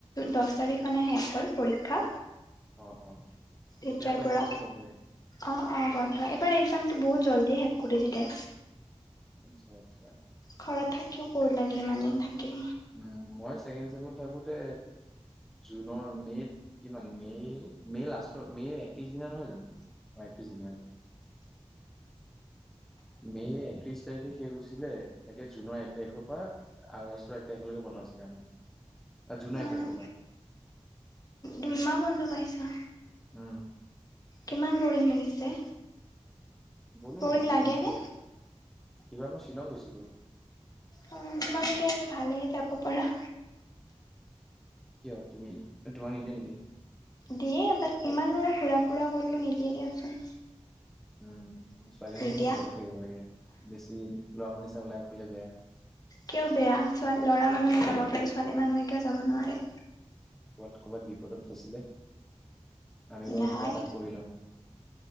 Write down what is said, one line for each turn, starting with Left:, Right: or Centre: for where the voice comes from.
Left: দহ তাৰিখ মানে শেষ হ'ল পৰীক্ষা।
Centre: অ অ তেতিয়াৰ
Left: এতিয়া পৰা
Centre: এতিয়ালৈকে বন্ধ হৈ
Left: অ' অ' বন্ধ এবাৰ এক্সাম বহু জলদি শেষ কৰি দিলে।
Centre: <unintelligible> আচা
Left: ঘৰত থাকিও বৰ লাগে ইমানেই থাকি।
Centre: উম মই ছেকেণ্ড চেমত থাকোঁতে জুনৰ মে'ত কিমান মে মে'ৰ লাষ্টৰ মেৰ একত্ৰিশ দিনা নহয় জানো? অ' একত্ৰিছ দিনীয়া। মে' একত্ৰিশ তাৰিখে শেষ হৈছিলে, তাকে জুনৰ এক তাৰিখৰ পৰা আগষ্টৰ এক তাৰিখলৈকে বন্ধ দিছিলে আমাৰ জোনাৰ
Left: অঁ
Centre: এক তাৰিখ পৰা।
Left: দুইমাহ বন্ধ পাইছা।
Centre: উম।
Left: কিমান বৰিং লাগিছে।
Centre: গলোঁ
Left: বৰিং
Centre: মই
Left: লাগেনে
Centre: সিবাৰ মই শ্বিলং গৈছিলো।
Left: অ' তোমালোকে তেওঁ ভালেই যাব পাৰা।
Centre: কিয় তুমি মানে নে দিয়ে নেকি।
Left: দিয়ে বাট ইমান আৰু ঘুৰা ফুৰা কৰিব নিদিয়ে দিয়াচোন।
Centre: উম, ছোৱালী মানুহো
Left: এতিয়া
Centre: এনেইও ঘৰতে থাকিব লাগে বেছি। বৰাপানী চাবলৈ এইফালে বেয়া।
Left: কিয় বেয়া ছ ল'ৰা মানুহে যাব পাৰে ছোৱালী মানুহে কিয় যাব নোৱাৰে।
Centre: ক'ৰবাত, ক'ৰবাত বিপদত পৰিলে। আমি বা
Left: নাই
Centre: কিবা এটা কৰিলম।